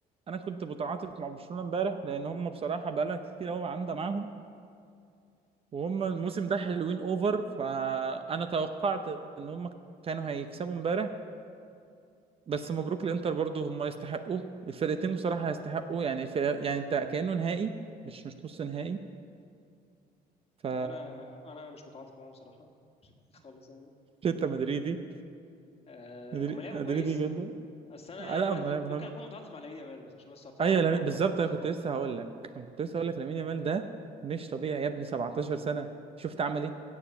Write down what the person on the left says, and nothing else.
انا انا مش متعاطف معاهم صراحه <laughs> خالص يعني
أه
هم لعبوا
كويس يعني
بس انا
يعني
الواد
ممكن
اكون متعاطف مع لامين يامال بس مش بس بصراحه
عمل
عمل
مجهود
خرافي
يعني